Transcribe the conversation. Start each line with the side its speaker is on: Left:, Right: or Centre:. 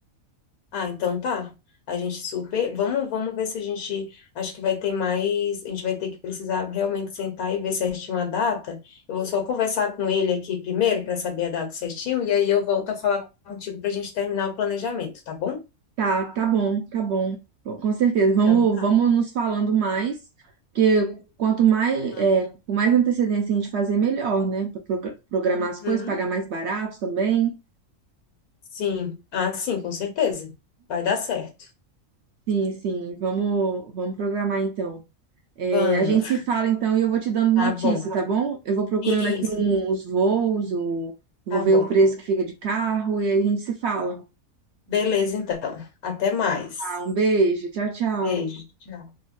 Left: Ah, então tá. A gente super. Vamos, vamos ver se a gente. Acho que vai ter mais. A gente vai ter que precisar realmente sentar e ver certinho a data. Eu vou só conversar com ele aqui primeiro para saber a data certinho e aí eu volto a falar contigo para a gente terminar o planejamento, tá bom?
Right: Tá, tá bom, tá bom. Bom, Com certeza. Vamos,
Left: Então tá.
Right: vamos nos falando mais, porque quanto mais,
Left: Ah,
Right: é, com mais antecedência a gente fazer, melhor, né? Para programar
Left: Uhum.
Right: as coisas, pagar mais barato também.
Left: Sim. Ah, sim, com certeza. Vai dar certo.
Right: Sim, sim. Vamos, vamos programar então. É,
Left: Vamos.
Right: a gente se fala então e eu vou te dando
Left: Tá
Right: notícia,
Left: bom.
Right: tá bom? Eu vou procurando
Left: Isso.
Right: aqui um- os voos, o- vou
Left: Tá
Right: ver
Left: bom.
Right: o preço que fica de carro e aí a gente se fala.
Left: Beleza, então. Até mais.
Right: Tá, um beijo, tchau, tchau.
Left: Beijo. Tchau.